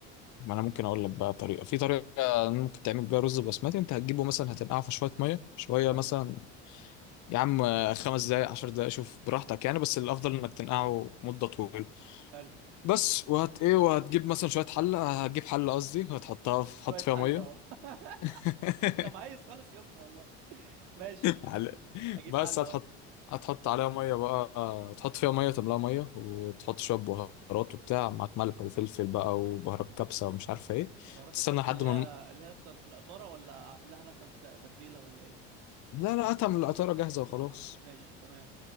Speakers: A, on the left (about 55°); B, on the right (about 80°).
A: ما انا ممكن اقول لك بقى طريقه في طريقه ممكن تعمل بيها رز بسمتي انت هتجيبه مثلا هتنقعه في شويه ميه شويه
B: حلو
A: مثلا يا عم خمس دقائق عشر دقائق شوف براحتك يعني بس الافضل انك تنقعه مده طويله
B: حلو
A: بس وهت ايه وهتجيب مثلا شويه حله هتجيب حله قصدي هتحطها في...
B: شويه
A: حط فيها
B: حله
A: ميه
B: اهو
A: <laughs>
B: <laughs> انت مهيس خالص يا اسطى والله ماشي
A: على-
B: اجيب
A: بس
B: حله
A: هتحط
B: اهو
A: هتحط عليها ميه بقى تحط فيها ميه تملاها ميه وتحط شويه بهارات وبتاع معاك ملح وفلفل بقى وبهارات كبسه ومش عارفه ايه
B: بهارات
A: تستنى
B: الكبسة
A: لحد
B: اللي
A: ما
B: هي
A: الم-
B: اللي هي اصلا في العطارة ولا اعمل لها انا توت- تتبيلة ولا ايه
A: لا لا هاتها من القطاره جاهزه وخلاص
B: ماشي تمام